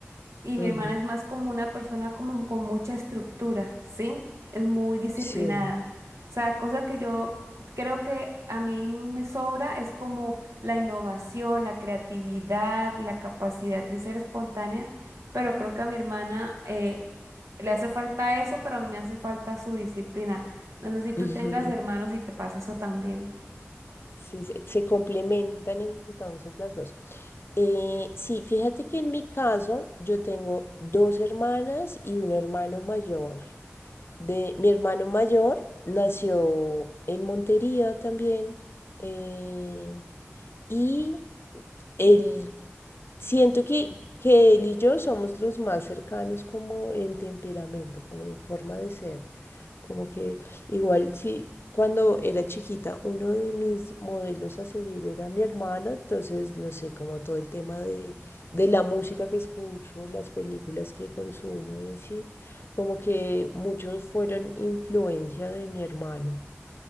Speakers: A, on the right; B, on the left.
A: y
B: ujú.
A: mi hermana es más como una persona como con mucha estructura, ¿sí? Es muy disciplinada.
B: Sí.
A: O sea, cosa que yo creo que a mí me sobra es como la innovación, la creatividad, la capacidad de ser espontánea, pero creo que a mi hermana eh, le hace falta eso, pero a mí me hace falta su disciplina. No sé si tú
B: <laughs>
A: tengas hermanos y te pasa eso también.
B: Sí, se, se complementan entonces las dos. Eh, sí, fíjate que en mi caso yo tengo dos hermanas y un hermano mayor. De mi hermano mayor nació en Montería también. eh, y él, siento que, que él y yo somos los más cercanos como en temperamento, como en forma de ser. Como que igual si cuando era chiquita uno de mis modelos a seguir era mi hermano, entonces no sé, como todo el tema de, de la música que escucho, las películas que consumo y así como que muchos fueron influencia de mi hermano.